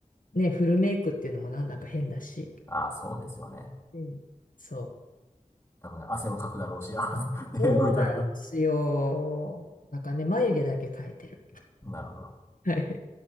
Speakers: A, on the left; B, on the left.
A: ね、フルメイクっていうのもなんだか変だし。
B: ああー、そうですよね。
A: うん。そう。
B: 多分、ね汗もかくだろうし、あーね、
A: そうなんですよ。
B: 動いたら。
A: なんかね、眉毛だけ描いてる。
B: なるほど。
A: はい。